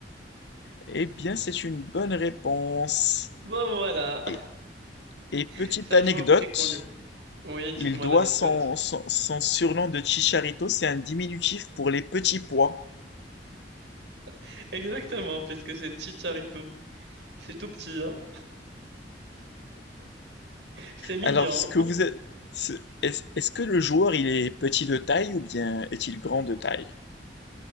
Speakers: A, on the left; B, on the right.
A: Eh bien, c'est une bonne réponse.
B: Bon, voilà.
A: Et, et petite
B: <laughs> C'est un
A: anecdote,
B: joueur très connu. Oui, dites-moi
A: Il doit
B: l'anecdote.
A: son, son, son surnom de Chicharito, c'est un diminutif pour les petits pois.
B: <laughs> Exactement, puisque c'est Chicharito. C'est tout petit, hein. C'est mignon.
A: Alors, ce que vous êtes- ce- est-ce est-ce que le joueur, il est petit de taille ou bien est-il grand de taille?